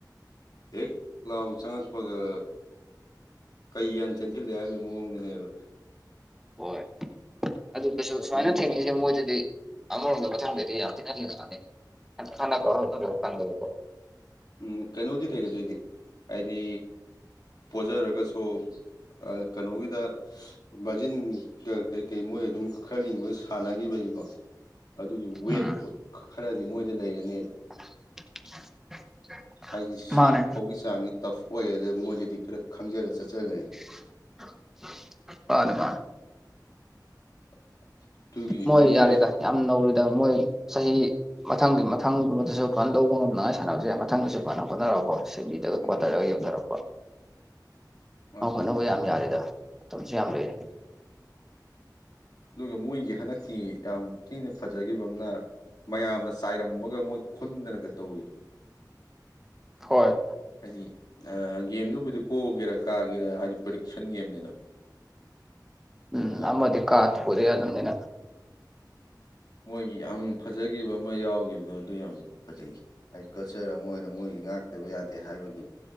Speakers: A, on the left (about 60°); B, in the centre.
A: ꯍꯦꯛ ꯂꯥꯎ ꯆꯪꯉꯛꯄꯒ ꯀꯩ ꯍꯥꯟꯅ ꯆꯦꯟꯁꯤꯜꯂꯦ ꯍꯥꯏꯕꯒꯤ ꯃꯑꯣꯡꯗꯅꯦꯕ
B: ꯍꯣꯏ ꯑꯗꯨ ꯀꯩꯁꯨ ꯁꯨꯃꯥꯏꯅ
A: ꯅꯪꯒꯟ
B: ꯊꯦꯡꯅꯩꯁꯦ ꯃꯣꯏꯗꯗꯤ ꯑꯃꯔꯣꯝꯗ ꯃꯊꯥꯡꯗꯗꯤ ꯌꯥꯝ ꯊꯤꯅ <unintelligible>
A: ꯎꯝ ꯀꯩꯅꯣꯗꯤ ꯂꯩꯔꯗꯣꯏꯅꯦ ꯍꯥꯏꯗꯤ ꯄꯣꯖꯔꯒꯁꯨ ꯑ ꯀꯩꯅꯣꯒꯤꯗ ꯕꯥꯖꯤꯟꯒ ꯀꯩꯀꯩ ꯃꯣꯏ ꯑꯗꯨꯝ ꯈꯔ ꯂꯤꯡꯕꯒ ꯁꯥꯟꯅꯈꯤꯕꯒꯤꯀꯣ ꯑꯗꯨꯒꯤ ꯋꯦꯠꯇꯨ
B: ꯎꯝ
A: ꯈꯔꯗꯤ ꯃꯣꯏꯗ ꯂꯩꯔꯅꯦꯕ
B: <unintelligible>
A: ꯍꯥꯏꯗꯤ ꯁꯤꯐꯥꯎꯒꯤ
B: ꯃꯥꯅꯦ
A: ꯆꯥꯡꯁꯦ ꯇꯐ ꯑꯣꯏ ꯍꯥꯏꯗꯣ ꯃꯣꯏꯗꯗꯤ ꯈꯔ ꯈꯪꯖꯔ ꯆꯠꯆꯒ꯭ꯔꯅꯤ
B: <unintelligible> ꯃꯥꯅꯤ ꯃꯥꯅꯤ
A: <unintelligible>
B: ꯃꯣꯏ
A: ꯂꯨꯝꯕ
B: ꯌꯥꯔꯦꯗ ꯌꯥꯝ ꯅꯧꯔꯤꯗ ꯃꯣꯏ ꯆꯍꯤ ꯃꯊꯪꯒꯤ ꯃꯊꯪꯒꯨꯝꯕꯗꯁꯨ ꯐꯖꯟ ꯂꯧꯕ ꯉꯝꯅꯉꯥꯏ ꯁꯥꯅꯕꯁꯨ ꯌꯥꯏ ꯃꯊꯪꯗꯁꯨ ꯐꯖꯟ ꯍꯣꯠꯅꯔꯒꯀꯣ ꯁꯦꯃꯤꯗꯒ
A: ꯎꯝ
B: ꯀ꯭ꯋꯥꯇꯔꯗ ꯌꯧꯖꯔꯛꯄ
A: ꯃꯥꯅꯤ
B: ꯑꯧ ꯍꯣꯠꯅꯕ ꯌꯥꯝ ꯌꯥꯔꯤꯗ ꯃꯇꯝꯁꯨ ꯌꯥꯝ ꯂꯩꯔꯤ
A: ꯑꯗꯨꯒ ꯃꯣꯏꯒꯤ ꯍꯟꯗꯛꯀꯤ ꯌꯥꯝ ꯊꯤꯅ ꯐꯖꯒꯤꯕ ꯑꯃꯅ ꯃꯌꯥꯝꯅ ꯆꯥꯏꯔꯝꯕꯒ ꯃꯣꯏ ꯈꯨꯟꯗꯅꯒ ꯇꯧꯋꯤꯗꯣ
B: ꯍꯣꯏ
A: ꯍꯥꯏꯗꯤ ꯑꯥ ꯒꯦꯝꯗꯨꯕꯨꯗꯤ ꯄꯣꯛꯒꯦꯔꯥ ꯀꯥꯒꯦꯔꯥ ꯍꯥꯏꯗꯤ ꯄ꯭ꯔꯦꯗꯤꯛꯁꯟ ꯒꯦꯝꯅꯤꯗꯣ <inaudible>
B: ꯎꯝ
A: ꯑꯗꯨꯗ
B: ꯑꯃꯗꯤ ꯀꯥ ꯊꯣꯏꯗ ꯌꯥꯗꯝꯅꯤꯅ
A: ꯃꯣꯏꯒꯤ ꯑꯝ ꯐꯖꯒꯤꯕ ꯑꯃ ꯌꯥꯎꯒꯤꯕꯗꯣ ꯑꯗꯨ ꯌꯥꯝ ꯐꯖꯩ ꯍꯥꯏꯗꯤ ꯀꯜꯆꯔ ꯑꯃ ꯑꯣꯏꯅ ꯃꯣꯏꯒꯤ ꯉꯥꯛꯇꯕ ꯌꯥꯗꯦ ꯍꯥꯏꯕꯒꯤ